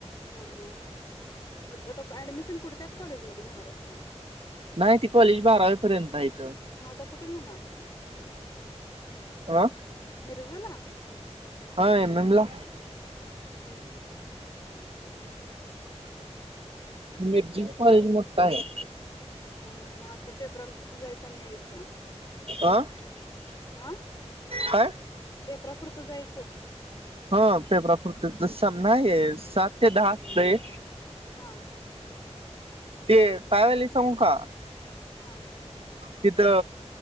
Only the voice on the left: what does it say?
हं हं मद आता ऍडमिशन कुठ त्याचं कॉलेजमध्ये घेणार आहेस काय?
मग आता कुठे घेणार
मिरजला.
हं हं
हा हा म आता पेपराल जायचं आणि यायचं
हा.
पेपरा फुरत जाय
हा
हम.